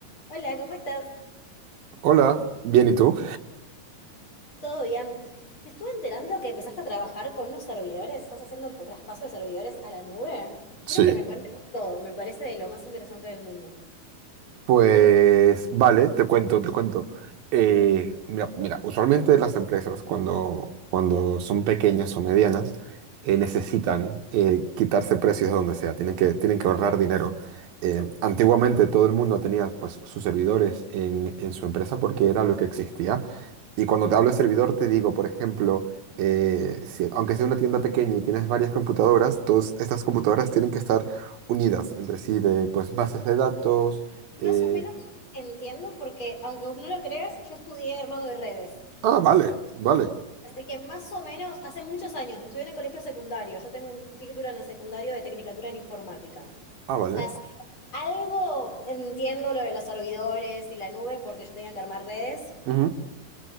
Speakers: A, on the left (about 35°); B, on the right (about 75°).
A: Hola, ¿cómo estás?
B: Hola, bien, ¿y tú?
A: ¿Todo bien? Me estuve enterando que empezaste a trabajar con unos servidores, estás haciendo el traspaso de servidores a la nube. Quiero
B: Sí.
A: que me cuentes todo, me parece de lo más interesante del mundo.
B: Pues vale, te cuento, te cuento. Eh, mira, mira, usualmente las empresas cuando, cuando son pequeñas o medianas eh, necesitan eh, quitarse precios de donde sea, tienen que, tienen que ahorrar dinero. Eh, antiguamente todo el mundo tenía pues, sus servidores en, en su empresa porque era lo que existía. Y cuando te hablo de servidor te digo, por ejemplo, eh, si- aunque sea una tienda pequeña y tienes varias computadoras, todas estas computadoras tienen que estar unidas entre sí de pues, bases de datos
A: Y
B: eh,
A: más o menos entiendo porque, aunque no lo creas, yo estudié armado de redes.
B: Ah, vale, vale.
A: Así que más o menos, hace muchos años, lo estudié en el colegio secundario. Yo tengo un título en el secundario de Tecnicatura en Informática.
B: Ah, vale.
A: Así que algo entiendo lo de los servidores y la nube porque yo tenía que armar redes.
B: Ujú.